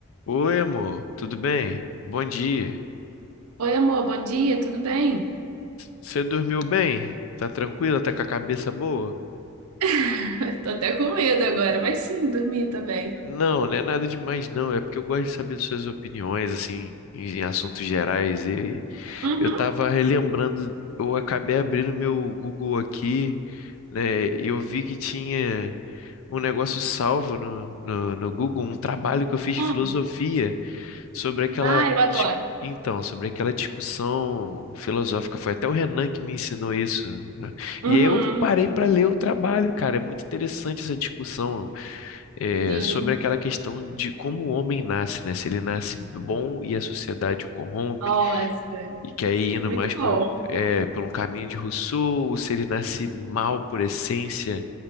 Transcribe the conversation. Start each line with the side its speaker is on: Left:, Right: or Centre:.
Left: Oi, amor, tudo bem? Bom dia.
Right: Oi, amor, bom dia, tudo bem?
Left: Você dormiu bem? Tá tranquila? Tá com a cabeça boa?
Right: <laughs> Tô até com medo agora, mas sim, dormi também.
Left: Não, não é nada demais, não. É porque eu gosto de saber de suas opiniões, assim, em em assuntos gerais. E
Right: Uhum.
Left: eu tava relembrando, eu acabei abrindo meu Google aqui, né? E eu vi que tinha um negócio salvo no, no, no Google, um trabalho que eu fiz de
Right: Ah,
Left: filosofia. sobre aquela
Right: ah, eu adoro.
Left: dis- então, sobre aquela discussão filosófica, foi até o Renan que me ensinou isso. né?
Right: Uhum,
Left: E eu parei para ler o trabalho, cara. É muito interessante essa discussão é,
Right: sim.
Left: sobre aquela questão de como o homem nasce, né? Se ele nasce bom e a sociedade o corrompe,
Right: Nossa,
Left: e que aí indo
Right: muito
Left: mais
Right: bom.
Left: pelo, é, por um caminho de Rousseau, ou se ele nasce mal por essência